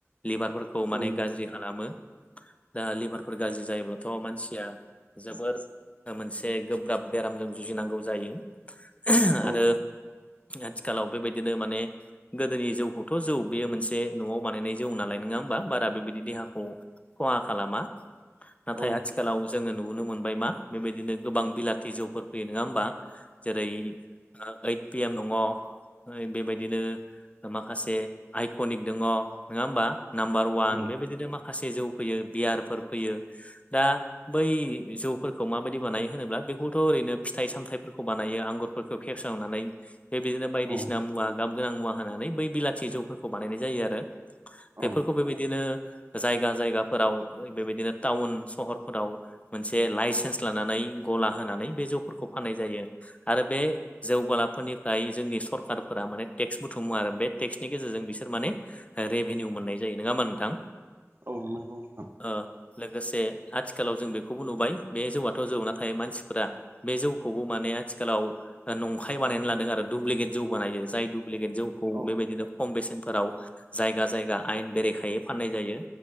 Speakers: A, on the left (about 25°); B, on the right (about 45°).
A: लिभारफोरखौ माने
B: औ
A: गाज्रि खालामो। दा लिभारफोर गाज्रि जायोब्लाथ' मानसिया जोबोर मोनसे गोब्राब बेरामजों जुजिनांगौ जायो।
B: औ
A: आरो आथिखालाव बेबायदिनो माने गोदोनि जौखौथ' जौ बेयो मोनसे न'आव बानायनाय जौ नालाय नङा होमबा बारा बेबायदि देहाखौ खहा खालामा नाथाय
B: औ
A: आथिखालाव जोङो नुनो मोनबाय मा बेबायदिनो गोबां बिलाथि जौफोर फैयो नङा होमबा? जेरै ओइद पिएम नङ'। ओरै बेबायदिनो माखासे आइक'निक दङ नङा होमबा? नाम्बार वान
B: औ
A: बेबायदिनो माखासे जौ फैयो बियारफोर फैयो दा बै जौफोरखौ माबायदि बानायो होनोब्ला बेखौथ' ओरैनो फिथाइ सामथायाइफोरखौ बानायो आंगुर फोरखौ फेसावनानै बेदिनो बायदिसिना
B: औ
A: मुवा गाब गोनां मुवा होनानै बै बिलाथि जौफोरखौ बानायनाय जायो आरो
B: औ
A: बेफोरखौ बेबायदिनो जायगा जायगाफोराव बेबायदिनो टाउन सहरफोराव मोनसे लाइसेन्स लानानै गला होनानै बे जौफोरखौ फाननाय जायो आरो बे जौगालाफोरनिफ्राय जोंनि सरकारफोरा माने टेक्स बुथुमो आरो बे टेक्सनि गेजेरजों बिसोर माने रेभिनिउ मोननाय जायो नोङाहोनबा नोंथां?
B: औ नांगौ नोथां।
A: ओ लोगोसे आथिखालाव जों बेखौबो नुबाय बे जौआथ' जौ नाथाय मानसिफोरा बे जौखौबो माने आथिखालाव नंखाय बानायनानै लादों आरो दुुब्लिकेट जौ बानायो जाय दुुब्लिकेट जौखौ
B: औ
A: बेबायदिनो खम बेसेनफोराव जायगा जायगा आयेन बेरेखायै फाननाय जायो।